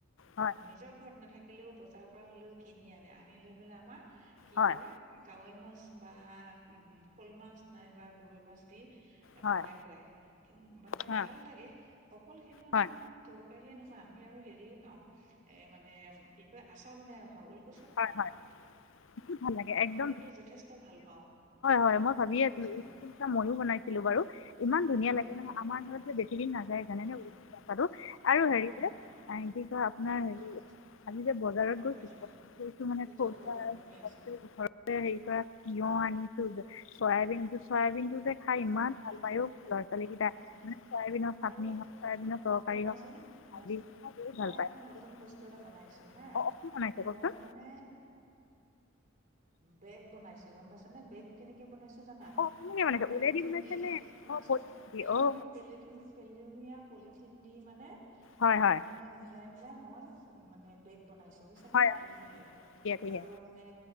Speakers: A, on the left; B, on the right.
A: হয়
B: নিজৰ ঘৰত নাথাকে থাকিলেও বজাৰৰ পৰা হ'লেও কিনি আনে আনি লৈ পেলাই আমাৰ কি
A: হয়
B: কৰে কাৱৈ মাছ বা শ'ল মাছ নাই বা গৰৈ মাছ দি
A: হয়
B: বনাই খুৱাই কি মানে
A: হয়
B: ভাল লাগে অকল সেইটো আমি
A: হয়
B: মানে তৰ কাৰিয়ে আমি আৰু হেৰিও খাও এ মানে কি কয় আচা বনাই খ
A: হয় হয় ভাল লাগে একম
B: মই কিন্তু যথেষ্ট ভাল পাওঁ
A: হয় মই ভাবিয়ে
B: অ
A: আছিলো
B: কৈ যোৱা
A: ময়ো বনাইছিলো বাৰু ইমান
B: অ
A: ধুনীয়া
B: কৈ
A: লাগে
B: যোৱা
A: নহয়
B: কৈ যোৱা
A: আমাৰ ঘৰত যে ইমান বেছি দিন নাযায়
B: অ
A: জানেটো
B: কৈ যোৱা অ
A: আৰু হেৰি
B: কৈ যোৱা
A: <unintelligible> <unintelligible> যে কি কয় আপোনাৰ
B: অ কৈ
A: হেৰি
B: যোৱা
A: আজি যে বজাৰত
B: অ
A: গৈছিলো
B: কৈ যোৱা
A: মানে
B: কৈ
A: ঘৰতে
B: যোৱা কৈ যোৱা শুনি আছো
A: হেৰি কৰা তিয়হ আনি চয়াবিন চয়াবিন যে খাই ইমান
B: অ
A: ভাল
B: কৈ
A: পায়ও ল'ৰা ছোৱালী কেইটাই
B: উম
A: মানে চয়াই বিনৰ চাটনি
B: আৰু
A: হওক চৰাই বিনৰ তৰকাৰী
B: অ শুনাচোন
A: হওক
B: শুনাচোন
A: বহত
B: মই
A: ভাল পায়
B: এটা নতুন বস্তু এটা বনাইছো হা
A: অ কি বনাইছে বস্তু
B: মই মানে বেগ বাইছো বেগ কেনেকে বনাইছো জানা
A: অ' কেনেকৈ
B: মই
A: বনাইছে
B: পলিথিন
A: ওলেদি বনাইছে
B: দি দিম
A: নে
B: শুনাচোন
A: অ' দি
B: পেলনীয়া
A: অ'
B: পেল পেলনীয়া পলিথিন দি মানে
A: হয়
B: তাত
A: হয়
B: মানে মিলাই মিলাই মই মানে বেগ বনাইছো। পলিথিনেৰে
A: হয় ঠিকে ঠিকে
B: আৰু মানে।